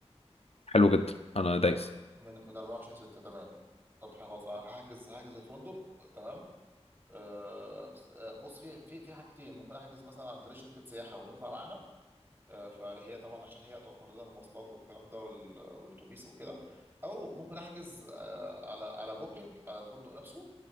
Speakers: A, on the left; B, on the right.
A: حلو جدا
B: من
A: انا
B: من
A: دايس
B: أر- من من 24 6 تمام طب خلاص أنا هحجز هحجز الفندق تمام أه س- آه، بص في في في حاجتين ممكن احجز مثلا عن طريق شركه سياحه ونطلع معاها أه فهي طبعا عشان هي توفر لنا المواصلات والكلام ده وال- والاتوبيس وكده او ممكن احجز أه على على بوكينج على الفندق نفسه